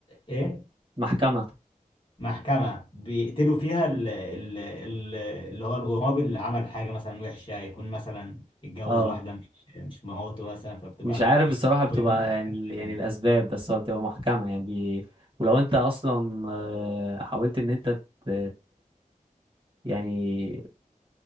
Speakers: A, on the left; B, on the right.
A: ايه
B: محكمه
A: محكمة بيقتلوا فيها ال- ال- ال- اللي هو الغراب اللي عمل حاجة مثلا وحشة يكون مثلا اتجوز
B: اه
A: واحدة مش مش مراته مثلا فبتبقى
B: مش عارف
A: بي-
B: بصراحة بتبقى
A: بيعملوا
B: يعني
A: محكمة
B: يعني
A: دي.
B: الأسباب بس هو بتبقى محكمة يعني ولو أنت أصلا آه، حاولت إن أنت ت- يعني